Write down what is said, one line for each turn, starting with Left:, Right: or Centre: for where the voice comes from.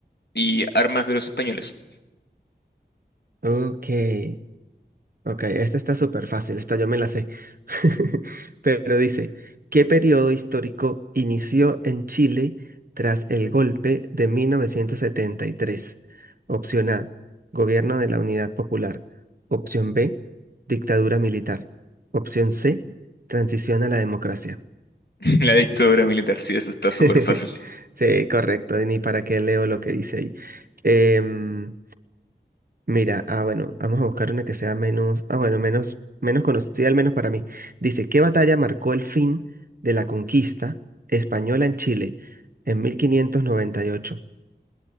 Left: y armas de los españoles.
Right: ok. Ok, esta está súper fácil, esta yo me la sé. <laughs> Pero dice, ¿qué periodo histórico inició en Chile tras el golpe de 1973? Opción A, gobierno de la Unidad Popular. Opción B, dictadura militar. Opción C, transición a la democracia.
Left: <laughs> La dictadura militar, sí, eso está
Right: <laughs>
Left: súper fácil.
Right: Sí, correcto, ni para qué leo lo que dice ahí. Em, Mira, ah, bueno, vamos a buscar una que sea menos, ah, bueno, menos, menos conocida, al menos para mí. Dice, ¿qué batalla marcó el fin de la conquista española en Chile en mil quinientos noventa y ocho.